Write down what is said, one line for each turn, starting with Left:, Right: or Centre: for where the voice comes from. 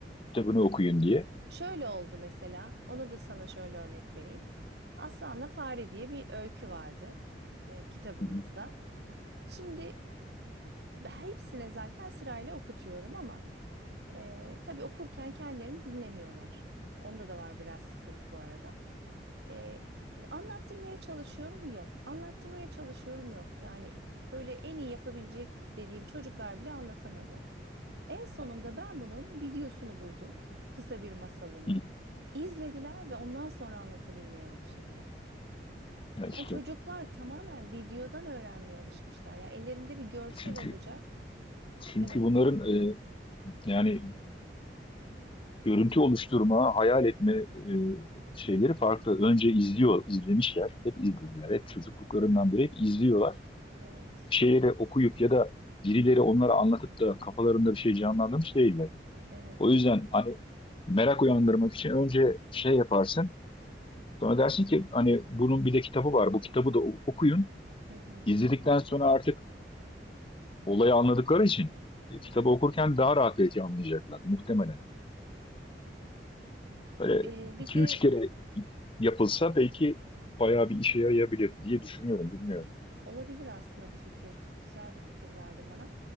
Left: Kitabını okuyun diye.
Right: Şöyle oldu mesela. Onu da sana şöyle örnek vereyim. Aslanla Fare diye bir öykü vardı e, kitabımızda.
Left: Hı hı.
Right: Şimdi hepsine zaten sırayla okutuyorum ama e, tabii okurken kendilerini dinlemiyorlar. Onda da var biraz sıkıntı bu arada. E, anlattırmaya çalışıyorum yok. Anlattırmaya çalışıyorum yok. Yani böyle en iyi yapabilecek dediğim çocuklar bile anlatamadı. En sonunda ben bunun videosunu buldum. Kısa bir masalını.
Left: Hı.
Right: İzlediler ve ondan sonra anlatabilmeye başladılar.
Left: Ya işte
Right: Yani çocuklar tamamen videodan öğrenmeye alışmışlar. Ya ellerinde bir görsel
Left: çünkü
Right: olacak.
Left: çünkü
Right: Evet,
Left: bunların e, Yani görüntü oluşturma, hayal etme e, şeyleri farklı. Önce izliyor, izlemişler. Hep izlediler. Hep çocukluklarından beri hep izliyorlar.
Right: evet,
Left: Bir şeyleri okuyup ya da birileri onlara anlatıp da kafalarında bir şey canlandırmış değiller.
Right: evet.
Left: O yüzden hani merak uyandırmak için önce şey yaparsın. Sonra dersin ki hani bunun bir de kitabı var. Bu kitabı da o- okuyun.
Right: Hı hı.
Left: İzledikten sonra artık olayı anladıkları için e, kitabı okurken daha rahat belki anlayacaklar muhtemelen. Böyle
Right: E, bir
Left: 2-3
Right: de
Left: kere yapılsa belki bayağı bir işe yarayabilir diye düşünüyorum. Bilmiyorum.
Right: Olabilir aslında bu fikir. Güzel bir fikir verdin bana.